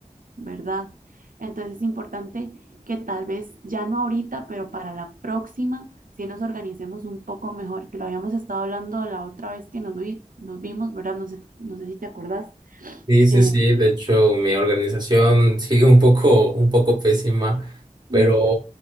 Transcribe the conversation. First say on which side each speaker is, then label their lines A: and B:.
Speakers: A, on the right; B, on the right.
A: ¿verdad? Entonces es importante que tal vez ya no ahorita, pero para la próxima, si nos organicemos un poco mejor, que lo habíamos estado hablando la otra vez que nos, vi- nos vimos, ¿verdad? No sé, no sé si te acordás.
B: Sí, sí,
A: Eh,
B: sí, de hecho mi organización <laughs> sigue un poco, un poco pésima, pero
A: mm,